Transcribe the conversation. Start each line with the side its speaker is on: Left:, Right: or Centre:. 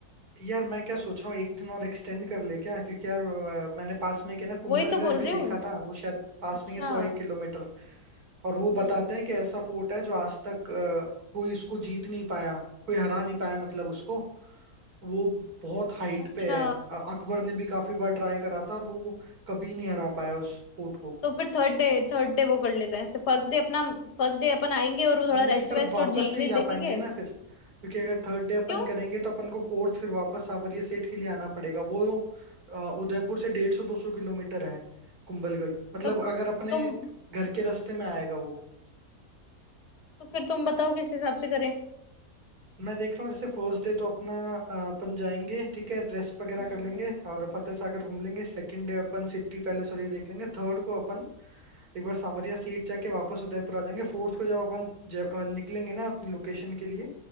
Right: यार मैं क्या सोच रहा हूँ एक दिन और एक्सटेंड कर ले क्या क्योंकि यार अ, मैंने पास में एक है ना कुंभलगढ़
Left: वही तो बोल
Right: भी
Left: रही
Right: देखा
Left: हूँ
Right: था वो शायद पास
Left: अच्छा
Right: में ही सौ एक किलोमीटर और वो
Left: हम्म
Right: बताते हैं कि ऐसा फोर्ट है जो आज तक अ, कोई उसको जीत नहीं पाया कोई हरा नहीं पाया मतलब उसको वो बहुत हाइट
Left: अच्छा
Right: पे है अ, अकबर ने भी काफी बार ट्राई करा था और वो कभी नहीं हरा पाया उस फोर्ट को
Left: तो फिर थर्ड डे थर्ड डे वो कर लेते हैं ऐसे फर्स्ट डे अपना फर्स्ट डे अपन आएंगे और वो
Right: नहीं
Left: थोड़ा रेस्ट
Right: पर
Left: वेस्ट
Right: वापस
Left: और झील
Right: नहीं
Left: वील
Right: जा
Left: देखेंगे
Right: पाएंगे ना फिर क्योंकि अगर थर्ड डे अपन
Left: क्यों
Right: करेंगे तो अपन को फोर्थ फिर वापस सावरिया सेठ के लिए आना पड़ेगा वो अ, उदयपुर से डेढ़ सौ दो सौ किलोमीटर है कुंभलगढ़ मतलब
Left: तब
Right: अगर अपने
Left: तुम
Right: घर के रास्ते में आएगा वो
Left: तो फिर तुम बताओ किस हिसाब से करें
Right: मैं देख रहा हूँ जैसे फर्स्ट डे तो अपना अ, अपन जाएंगे ठीक है रेस्ट वगैरह
Left: हम्म
Right: कर लेंगे
Left: हम्म
Right: और फतेह सागर घूम लेंगे सेकंड डे अपन सिटी पैलेस और ये देख लेंगे थर्ड को अपन एक बार सांवरिया सीट जाके वापस उदयपुर आ जाएंगे फोर्थ को जब अपन जय- अ, निकलेंगे ना अपनी लोकेशन के लिए